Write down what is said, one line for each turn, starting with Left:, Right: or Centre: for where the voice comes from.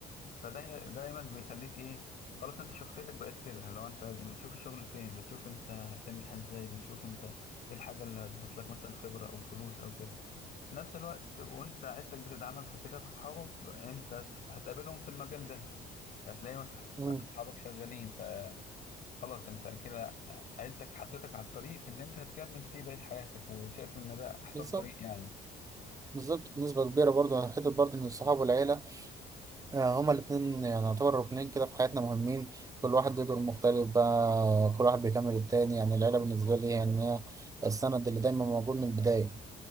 Left: فده دايما بيخليك ايه خلاص انت شخصيتك بقت كده لو انت بتشوف الشغل فين بتشوف انت هتنجح ازاي بتشوف انت ايه الحاجة اللي هتضيف لك مثلا خبرة او فلوس او كده في نفس الوقت وانت عيلتك بتدعمك في كده فاصحابك انت هتقابلهم في المجال ده هتلاقي مثلا
Right: مم.
Left: اصحابك شغالين خلاص انت كده عيلتك حطيتك على الطريق اللي انت هتكمل فيه بقية حياتك وشايف ان ده احسن
Right: بالظبط
Left: طريق يعني
Right: بالظبط بنسبة كبيرة برضه حتة برضه إن الصحاب والعيلة آه، هما الاتنين يعني يعتبر ركنين كده في حياتنا مهمين كل واحد له دور مختلف بقى كل واحد بيكمل التاني يعني العيلة بالنسبة لي يعني هي السند اللي دايما موجود من البداية